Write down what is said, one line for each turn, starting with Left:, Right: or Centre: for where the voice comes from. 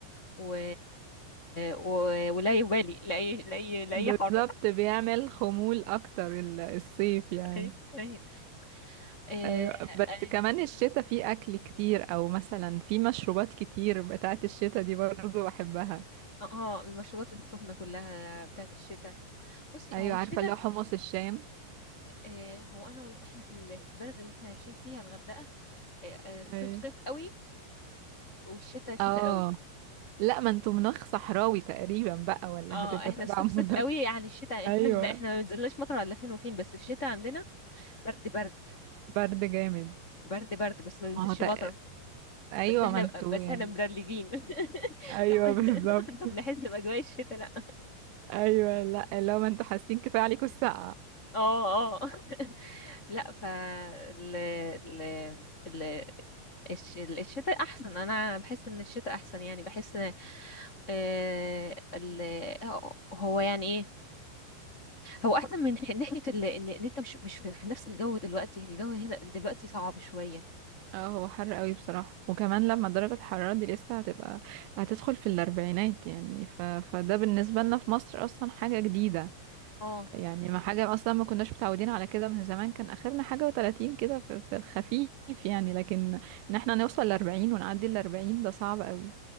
Left: و... و... ولا يبالي لأي لأي لأي
Right: بالظبط
Left: حر
Right: بيعمل خمول اكتر ال- الصيف يعني
Left: <laughs> أي أي اه
Right: ايوه بس كمان الشتاء فيه اكل كتير او مثلا فيه مشروبات كتير بتاعت الشتاء دي برضو بحبها
Left: آه، آه، المشروبات السخنة كلها بتاعت الشتاء بصي
Right: ايوه
Left: هو الشتاء
Right: عارفة اللي هو حمص الشام
Left: آه، هو انا مل- احنا في ال- في البلد اللي احنا عايشين فيها الغردقه آه، آه، صيف
Right: ايوه
Left: صيف قوي والشتاء شتاء
Right: اه
Left: قوي
Right: لا ما انتوا مناخ صحراوي تقريبا بقى ولا
Left: اه
Right: هتبقوا
Left: احنا
Right: تبع
Left: الصيف
Right: مناخ
Left: صيف قوي يعني الشتاء
Right: ايوه
Left: احنا مش- احنا ما بنزلناش مطر الا فين وفين بس الشتاء عندنا برد برد
Right: برد جامد
Left: برد برد بس ما بينزلش
Right: ما هو تق...
Left: مطر
Right: ايوه
Left: بس احنا
Right: ما انتوا
Left: بس
Right: يعني
Left: احنا مدلجين <laughs>
Right: ايوه
Left: طب <laughs>
Right: <laughs> بالظبط
Left: طب نحس باجواء الشتاء لا
Right: ايوه لا لو ما انتوا حاسين كفايه عليكم السقعه
Left: اه اه <laughs> لا ف ال ال ال الش- الشتاء احسن انا بحس ان الشتاء احسن يعني بحس ان آه، ال هو يعني ايه هو احسن من ح- ناحيه ال- ان إن انت مش مش في في نفس الجو دلوقتي الجو هنا دلوقتي صعب شويه
Right: اه هو حر قوي بصراحه وكمان لما درجه الحراره دي لسه هتبقى هتدخل في الاربعينات يعني ف... فده بالنسبه لنا في مصر اصلا حاجه جديده
Left: اه
Right: يعني ما حاجه اصلا ما كناش متعودين على كده من زمان كان اخرنا حاجه و30 كده في... في الخفيف يعني لكن ان احنا نوصل ل40 ونعدي ال40 ده صعب قوي